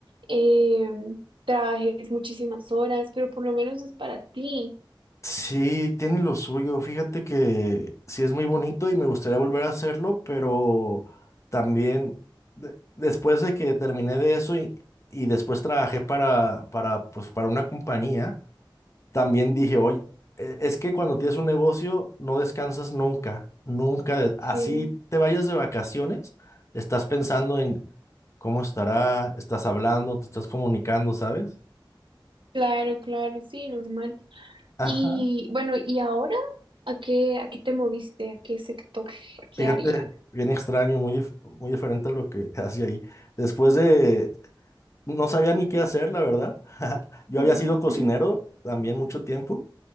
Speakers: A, on the right; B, on the left.
A: em, trabajes muchísimas horas, pero por lo menos es para ti.
B: Sí, tiene lo suyo. Fíjate que sí es muy bonito y me gustaría volver a hacerlo, pero también de- después de que terminé de eso y, y después trabajé para, para, pues, para una compañía. También
A: Ujú.
B: dije, oye, e- es que cuando tienes un negocio no descansas nunca, nunca. de- así
A: Sí,
B: te vayas de vacaciones, estás pensando en cómo estará, estás hablando, te estás comunicando, ¿sabes?
A: claro, claro, sí, normal.
B: Ajá.
A: Y bueno, ¿y ahora a qué, a qué te moviste? ¿A qué sector? ¿A qué
B: Fíjate,
A: área?
B: bien extraño, muy, dif- muy diferente a lo que <laughs> hacía ahí. Después de, no sabía ni qué hacer, la verdad. <laughs> Yo
A: Mm,
B: había sido cocinero
A: ujú. <laughs>
B: también mucho tiempo,